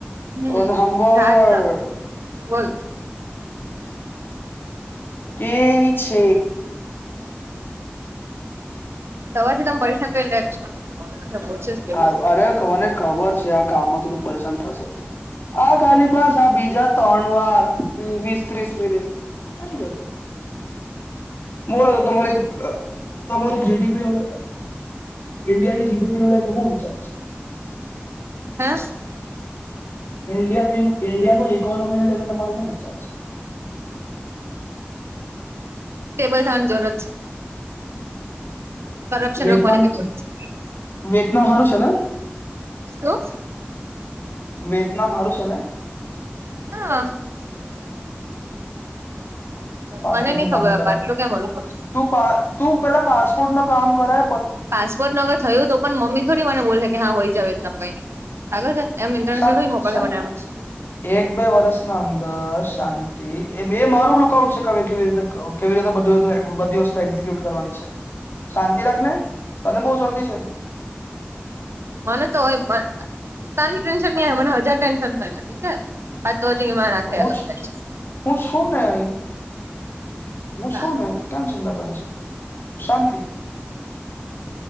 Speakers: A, on the right; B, on the left.
A: હમ
B: અને હંબાદ
A: રાત બોલ
B: કેવી છે.
A: સવારથી તમ પરશ કરીને છો કોશિશ કરી
B: હારું અરે મને ખબર છે આ કામમાં થોડું પરેશાન થશે પણ આ ખાલી બસ આ બીજા ત્રણ વાર વીસ ત્રીસ મિનિટ અ દશે મોરાદ તમારે. તમારું જીડીપી નું ઇન્ડિયાની જીડીપી નું લઈને હું વિચાર છે. <inaudible>
A: <inaudible>
B: ઇન્ડિયા ઇન્ડિયાનું ઇકોનોમીને લઈને તમારો ખુબ વિચાર છે.
A: સ્ટેબલ થવાની જરૂરત છે. કરપ્શન
B: વેતનામ
A: રોકવાની જરૂર છે
B: વેતનામ સારું છે ને.
A: હલો.
B: વેતનામ સરું છે ને.
A: <inaudible>
B: પાસપોર્ટ
A: મને નઈ
B: નું
A: ખબર
B: કામ કરાય
A: આટલું કેમ ઓલું કરું
B: તું તું પેલા પાસપોર્ટ નું કામ કરે.
A: પાસપોર્ટ નો અગર થયું તો પણ મમ્મી થોડી મને બોલ કે હા વઈ જાવમ કાઈ ની ખાગર છે એમ ઇન્ટરનેશનલ
B: શંત
A: થોડી મોકલશે
B: શંત
A: મને એમ જ
B: એક બે વર્ષના અંદર શાંતિ મારું લુક આઉટ છે ક કેવી રીતે કેવી રીતે બધી વસ્તુ શાંતિ રાખને તને બહ જલ્દી છે.
A: મને તો હોય ત ટેન્શન નહી મને હજાર ટેન્શન થઠીક છે. તો જીમાં નાખે
B: તો હુંશ
A: અલગ ટેન્શન
B: હુંશુંન આહી હૂ
A: હા
B: છું ને કેમ ચિંતા કરે છે શાંતિ.